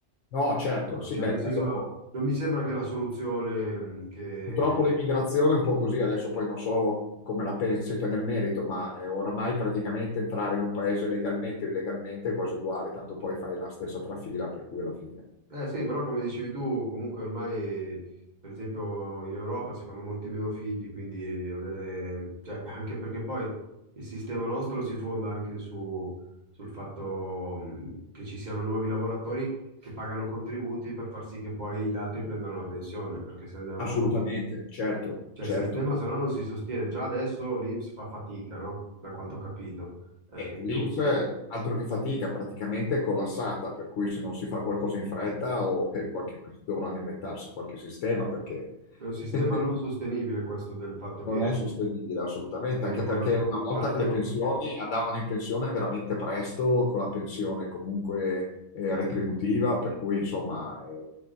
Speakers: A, on the left; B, on the right.
A: No, certo, sì,
B: Cioè,
A: beh,
B: nel senso,
A: quello
B: non mi sembra che la soluzione mh, che,
A: Purtroppo l'immigrazione è un po' così, adesso poi non so come la pensi te nel merito, ma è oramai praticamente entrare in un paese legalmente o illegalmente è quasi uguale, tanto poi fai la stessa trafila, per cui alla fine.
B: Eh sì, però come dicevi tu, comunque ormai, per esempio, in Europa si fanno molti meno figli, quindi avere, cioè, anche perché poi il sistema nostro si fonda anche su, sul fatto mh, che ci siano nuovi lavoratori che pagano contributi per far sì che poi gli altri prendano la pensione, perché se andiamo
A: Assolutamente,
B: avanti,
A: certo,
B: cioè
A: certo.
B: il sistema se no non si sostiene. Già adesso l'INPS fa fatica, no? Da quanto ho capito. Eh,
A: E
B: in più,
A: l'INPS, eh, altro che fatica, praticamente è collassata, per cui se non si fa qualcosa in fretta o eh, qualche- dovranno inventarsi qualche sistema perché
B: è un sistema
A: <laughs>
B: non sostenibile questo del fatto
A: Non
B: che
A: è sostenibile assolutamente,
B: che i
A: anche
B: lavoratori
A: perché una
B: paghino.
A: volta le pensioni andavano in pensione veramente presto, con la pensione comunque eh, retributiva, per cui insomma è,